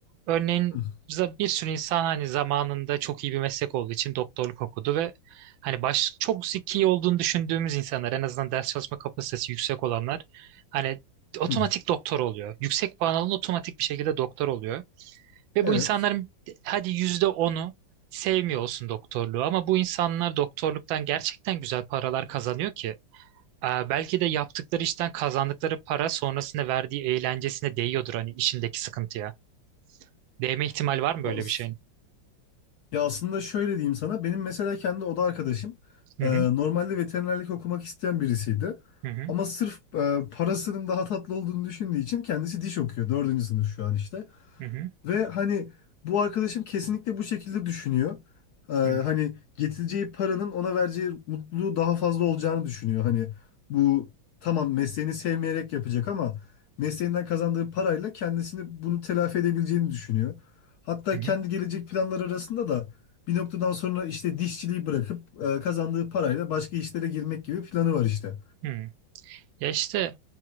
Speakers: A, on the right (about 80°); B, on the left (about 70°).
A: Örneğin
B: <laughs>
A: za- bir sürü insan hani zamanında çok iyi bir meslek olduğu için doktorluk okudu ve hani baş, çok zeki olduğunu düşündüğümüz insanlar en azından ders çalışma kapasitesi yüksek olanlar hani otomatik
B: Hı.
A: doktor oluyor. Yüksek puan alan otomatik bir şekilde doktor oluyor. Ve
B: Evet.
A: bu insanların hadi yüzde onu sevmiyor olsun doktorluğu ama bu insanlar doktorluktan gerçekten güzel paralar kazanıyor ki. Aa, belki de yaptıkları işten kazandıkları para sonrasında verdiği eğlencesine değiyordur hani işindeki sıkıntıya. Değme ihtimal var mı böyle
B: As-
A: bir şeyin?
B: Ya aslında şöyle diyeyim sana. Benim mesela kendi oda arkadaşım
A: Hı
B: e,
A: hı,
B: normalde veterinerlik okumak isteyen birisiydi.
A: hı hı,
B: Ama sırf e, parasının daha tatlı olduğunu düşündüğü için kendisi diş okuyor. Dördüncü sınıf şu an işte.
A: hı hı,
B: Ve hani bu arkadaşım kesinlikle bu şekilde düşünüyor. Ee,
A: hı hı,
B: hani getireceği paranın ona vereceği mutluluğu daha fazla olacağını düşünüyor. Hani bu tamam mesleğini sevmeyerek yapacak ama mesleğinden kazandığı parayla kendisini bunu telafi edebileceğini düşünüyor. Hatta
A: hı
B: kendi gelecek planları arasında da bir noktadan sonra işte dişçiliği bırakıp e, kazandığı parayla başka işlere girmek gibi planı var işte.
A: hı, hı. Ya işte